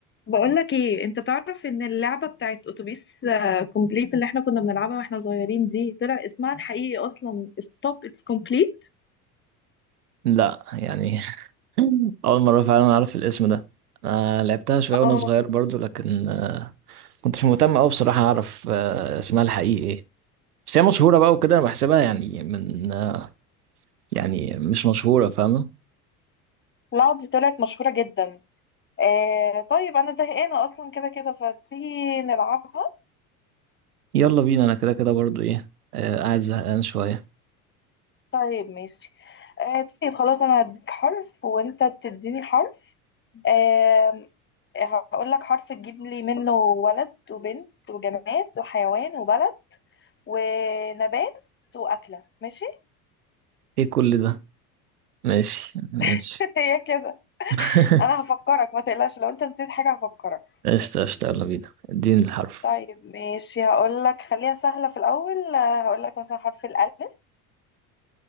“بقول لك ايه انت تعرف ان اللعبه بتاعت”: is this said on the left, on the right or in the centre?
Left